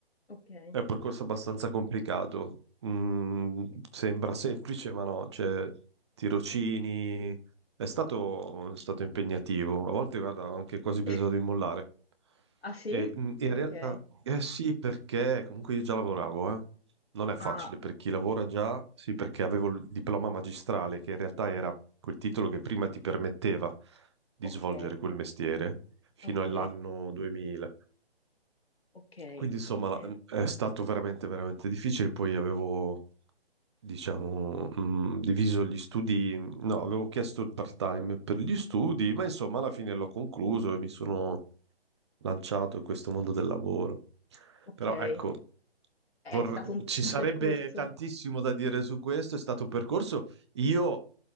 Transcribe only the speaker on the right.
È un percorso abbastanza complicato. Mm, sembra <laughs> semplice, ma no, cioè, tirocini. È stato, è stato impegnativo. A volte, guarda, ho anche quasi pensato
di mollare.
E, mm, in
realtà, eh sì, perché comunque io già lavoravo, eh. Non è facile
per chi lavora già, sì, perché avevo il diploma magistrale, che in realtà era quel titolo che prima ti permetteva di
svolgere quel mestiere fino
all'anno 2000.
Quindi insomma
la- mhmm, è stato veramente veramente difficile, poi avevo diciamo mh, diviso gli studi, mhmm, no, avevo chiesto il part-time per gli studi, ma insomma alla fine l'ho concluso
e mi sono lanciato in questo mondo del lavoro.
Però
ecco, vorr-
ci
sarebbe
tantissimo da dire su questo, è stato un percorso. Io